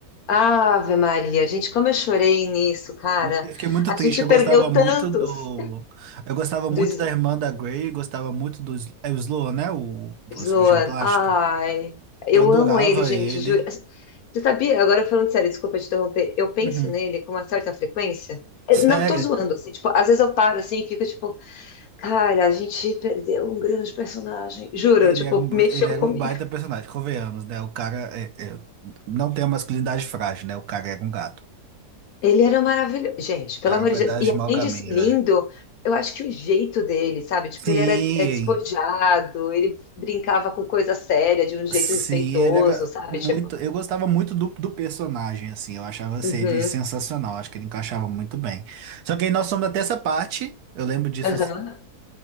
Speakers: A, on the left; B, on the right.
A: Ave Maria, gente, como eu chorei nisso, cara.
B: Eu fiquei muito
A: A
B: triste,
A: gente
B: eu
A: perdeu
B: gostava muito
A: tantos
B: do. Eu gostava
A: do
B: muito
A: S-
B: da irmã da Grey, gostava muito do Sl- é o Sloan, né? O, o
A: Sloan.
B: cirurgião plástico.
A: Ai, eu
B: Eu adorava
A: amo ele, gente,
B: ele.
A: juro. Você sabia? Agora falando sério, desculpa te interromper. Eu penso
B: Uhum.
A: nele com uma certa frequência. Eu
B: Sério?
A: não tô zoando, assim, tipo, às vezes eu paro assim e fico tipo, cara, a gente perdeu um grande personagem. Juro,
B: Ele
A: tipo,
B: era um,
A: mexeu
B: ele era
A: comigo.
B: um baita personagem, convenhamos, né? O cara é- é- não tem a masculinidade frágil, né? O cara era um gato.
A: Ele era maravilhoso. Gente,
B: O
A: pelo
B: cara
A: amor
B: é um pedaço
A: de Deus. E
B: de
A: além
B: mau caminho,
A: de ser lindo,
B: né?
A: eu acho que o jeito dele, sabe? Tipo,
B: Sim,
A: ele era é, despojado, ele brincava com coisa séria de um jeito
B: sim,
A: respeitoso,
B: ele era
A: sabe?
B: muito.
A: Tipo,
B: Eu gostava muito do, do personagem, assim. Eu achava assim,
A: uhum,
B: ele sensacional. Acho que ele encaixava muito bem. Só que aí nós somos até essa parte. Eu lembro disso.
A: aham.